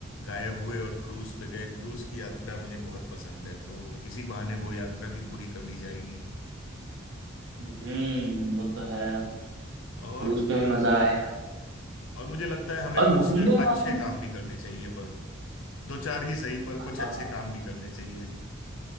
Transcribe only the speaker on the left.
गायब हुए और क्रूज पे गए क्रूज की यात्रा मुझे बहुत पसंद है तो इसी बहाने वो यात्रा भी पूरी कर ली जाएगी
और
और मुझे लगता है हमें
कुछ
अच्छे काम भी करने चाहिए पर दो चार ही सही पर
कुछ अच्छे काम भी करने चाहिए